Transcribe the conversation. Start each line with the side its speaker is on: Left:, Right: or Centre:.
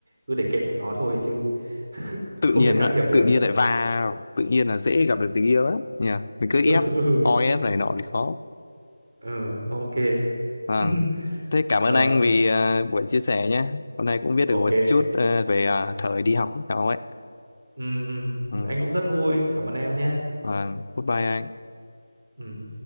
Right: cứ để kệ bọn nó thôi chứ <laughs>
Left: tự
Right: không
Left: nhiên
Right: thể can
Left: á,
Right: thiệp được
Left: tự nhiên lại vào tự nhiên là dễ gặp được tình yêu lắm nhỉ mình cứ ép
Right: <laughs> ừ, ừ,
Left: o ép này nọ thì khó
Right: ừ, ok
Left: vâng
Right: <laughs>
Left: thế cảm
Right: ờ
Left: ơn anh vì ờ, buổi chia sẻ nhé hôm nay cũng biết
Right: ok
Left: được một chút ờ, về ờ, thời đi học của cháu ấy
Right: ừ, ừ.
Left: ừ.
Right: anh cũng rất vui cảm ơn em nhé
Left: vâng goodbye anh
Right: ừ.